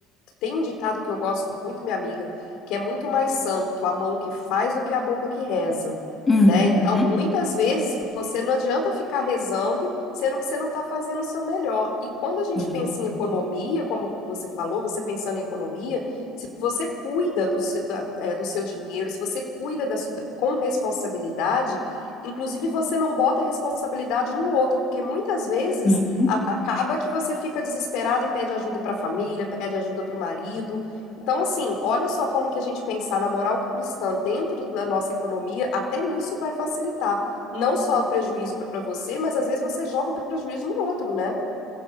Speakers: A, on the left (about 65°); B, on the left (about 20°).
A: Tem um ditado que eu gosto muito, minha amiga, que é muito mais santo a mão que faz do que a boca que reza,
B: Uhum.
A: né? Então, muitas vezes você não adianta ficar rezando, sendo que você não está fazendo o seu melhor. E quando a gente
B: Sim,
A: pensa em economia, como você falou, você pensando em economia, se você cuida do seu, da- é, do seu dinheiro, se você cuida da su- da- com responsabilidade, inclusive você não bota a responsabilidade no outro, porque muitas vezes
B: sim.
A: a- Acaba que você fica desesperado e pede ajuda para a família, pede ajuda para o marido. Então, assim, olha só como que a gente pensar na moral cristã dentro da nossa economia, até nisso vai facilitar. Não só o prejuízo para você, mas às vezes você joga o prejuízo no outro, né?